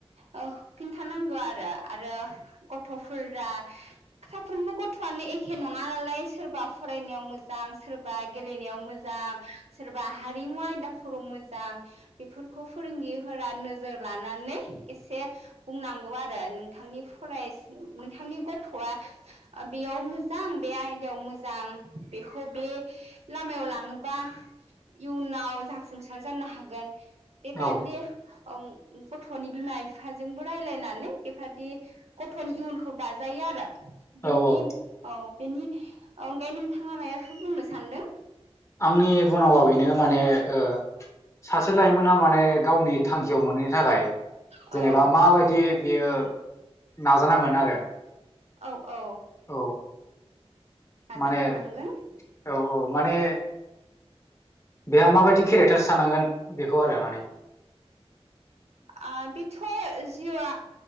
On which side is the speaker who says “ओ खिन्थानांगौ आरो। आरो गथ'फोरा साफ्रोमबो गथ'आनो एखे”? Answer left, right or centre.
Right